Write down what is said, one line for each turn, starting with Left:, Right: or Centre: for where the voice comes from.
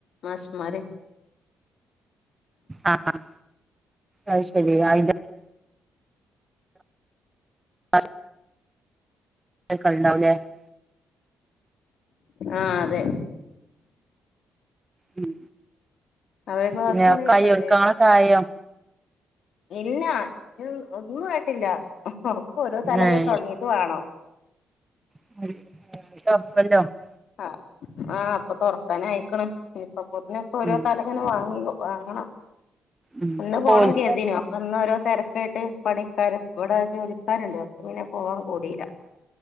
Left: മാഷ് മാര
Right: ആഹ് ആഹ്, അത് ശരി ആയി ലെ. അ സ് <unintelligible>
Left: ആഹ് അതെ
Right: ഉം,
Left: അവരെ ക്ലാസ്സുകള്
Right: പിന്നെ ഒക്കെ
Left: കേട്ടാണ്ടേ
Right: ആയോ? ഒരുക്കങ്ങൾ ഒക്കെ ആയോ?
Left: ഇല്ല ഇ ഒന്നും ആയിട്ട് ഇല്ല. ഒക്ക ഓരോ തല
Right: ഏഹ്
Left: തുടങ്ങീട്ട് വേണം.
Right: <unintelligible>
Left: ആഹ് ആഹ് അപ്പൊ തുറക്കാന ആയിക്കണ്. നി ഇപ്പൊ അപ്പൊത്ത ന്നെ ക്ക ഓരോ
Right: ഉം
Left: തല. ന്ന് വാങ്ങി. വാങ്ങണം,
Right: ഉം
Left: ന്ന് പോണം
Right: ഓൽക്ക്
Left: കരുതിന്ന് അപ്പൊ ഓരോ തെരക്ക്. ഒക്ക ആയിട്ട്, പണിക്കാരും ഇവിടെ ജോലിക്കാരുണ്ട് അപ്പ ഇങ്ങനെ പോവാൻ കൂടിയില്ല.